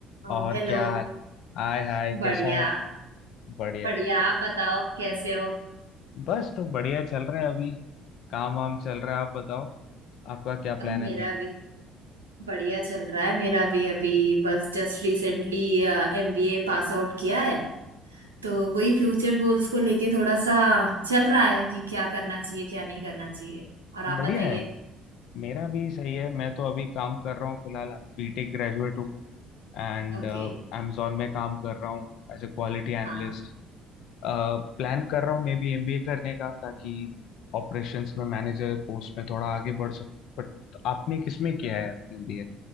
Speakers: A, on the right; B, on the left.
A: ओ,
B: और
A: हेलो
B: क्या हाल हाय हाय
A: बढ़िया
B: कैसा है बढ़िया
A: बढ़िया
B: बढ़िया
A: आप बताओ कैसे हो
B: बस तो बढ़िया चल रहा है अभी काम वाम चल रहा है आप बताओ आपका क्या प्लान
A: अब मेरा
B: है अभी
A: भी बढ़िया चल रहा है मेरा भी अभी बस just recently MBA pass out किया है तो वही फ्यूचर गोल्स को लेके थोड़ा सा चल रहा है कि क्या करना चाहिए क्या नहीं करना चाहिए और आप
B: बढ़िया
A: बताइए
B: है मेरा भी सही है मैं तो अभी काम कर रहा हूँ फिलहाल बीटेक ग्रेजुएट हूँ एंड
A: ओके
B: अमेजोन में काम कर रहा हूँ as a quality analyst
A: हाँ हाँ
B: Plan कर रहा हूँ मे बी एमबीए करने का ताकि ऑपरेशंस में मैनेजर पोस्ट में थोड़ा आगे बढ़ सकूँ बट आपने किसमें किया है एमबीए